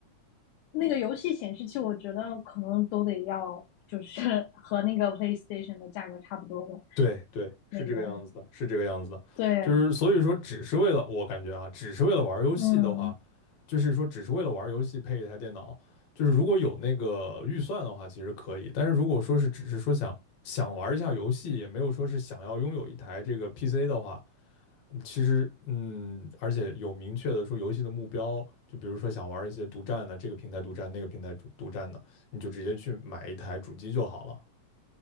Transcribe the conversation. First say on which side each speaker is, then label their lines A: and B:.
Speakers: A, on the left; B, on the left.
A: 那个游戏显示器，我觉得可能都得要，就是 <laughs> 和那个 PlayStation 的价格差不多的
B: 对对，
A: 那个。
B: 是这个样子的，是这个样子的。
A: 对，
B: 就是所以说，只是为了我感觉啊，只是为了玩游戏的话，
A: 嗯
B: 就是说只是为了玩游戏配一台电脑，就是如果有那个预算的话，其实可以。但是如果说是只是说想想玩一下游戏，也没有说是想要拥有一台这个 PC 的话，其实，嗯，而且有明确的说游戏的目标，就比如说想玩一些独占的，这个平台独占，那个平台独独占的，你就直接去买一台主机就好了。